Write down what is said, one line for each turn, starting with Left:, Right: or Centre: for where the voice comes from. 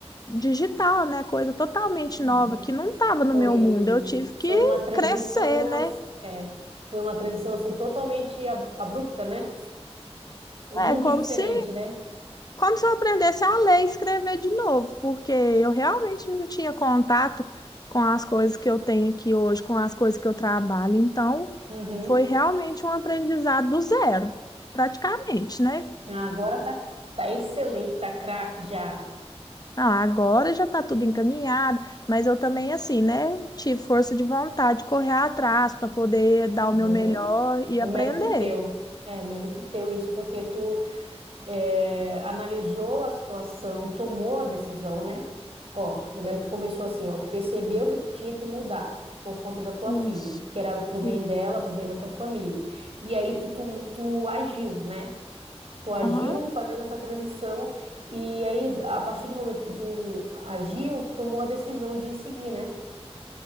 Left: digital, né? Coisa totalmente
Right: Uhum.
Left: nova, que não estava no
Right: Foi,
Left: meu mundo. Eu tive
Right: foi
Left: que
Right: uma transição,
Left: crescer, né?
Right: ass- é, foi uma transição assim totalmente ab- abrupta, né? Um mundo
Left: É como
Right: diferente,
Left: se
Right: né?
Left: como se eu aprendesse a ler e escrever de novo, porque eu realmente não tinha contato com as coisas que eu tenho aqui hoje, com as coisas que eu trabalho. Então,
Right: Uhum.
Left: foi realmente um aprendizado do zero, praticamente, né?
Right: Agora tá, tá excelente, tá craque já.
Left: Ah, agora já está tudo encaminhado, mas eu também, assim, né? Tive força de vontade de correr atrás para poder
Right: Uhum.
Left: dar o meu melhor e
Right: É
Left: aprender.
Right: um mérito teu. É, mérito teu isso, porque tu é, analisou a situação, tomou a decisão, né? Ó, eh, tu começou assim, ó, tu percebeu que tu tinha que mudar por conta da tua
Left: Isso.
Right: filha, que era pro bem
Left: E-
Right: dela, pro bem da tua família. E aí tu, tu, tu agiu, né? Tu agiu
Left: aham.
Right: fazendo essa transição e aí a partir do momento que tu agiu, tu tomou a decisão de seguir, né?